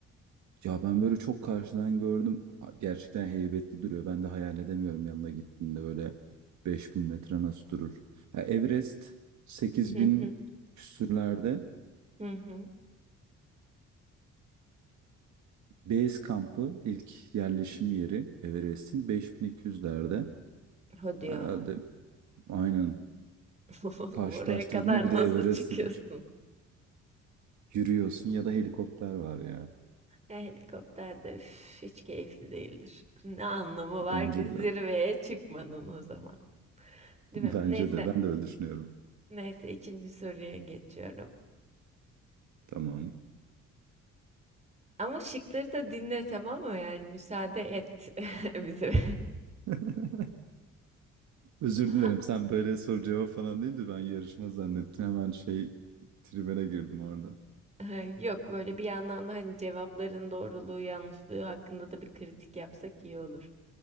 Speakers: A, on the right (about 70°); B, on the right (about 20°).
A: Ya ben böyle çok karşıdan gördüm. Ha- Gerçekten heybetli duruyor. Ben de hayal edemiyorum yanına gittiğinde böyle 5000 metre nasıl durur. Ha, Everest sekiz
B: Hı
A: bin
B: hı
A: küsürlerde.
B: hı. hı.
A: Base kampı ilk yerleşim yeri Everest'in 5200'lerde.
B: Hadi ya.
A: Herhalde aynen
B: <laughs>
A: karşılaştırdığında
B: Oraya kadar
A: bir de
B: nasıl
A: Everest'te
B: çıkıyorsun?
A: de yürüyorsun ya da helikopter var ya.
B: Ya helikopter de üf, hiç keyifli değildir. <laughs> Ne anlamı
A: Bence
B: var ki zirveye
A: de. <laughs>
B: çıkmanın o zaman. Değil mi?
A: Bence
B: Neyse.
A: de. Ben de öyle düşünüyorum.
B: Neyse ikinci soruya geçiyorum.
A: Tamam.
B: Ama şıkları da dinle tamam mı? Yani müsaade et <laughs> bize.
A: <laughs> Özür dilerim.
B: Ha-
A: Sen böyle soru cevap falan deyince ben yarışma zannettim. Hemen şey tribüne girdim orada.
B: ha, Yok böyle bir yandan da hani cevapların doğruluğu yanlışlığı hakkında da bir kritik yapsak iyi olur.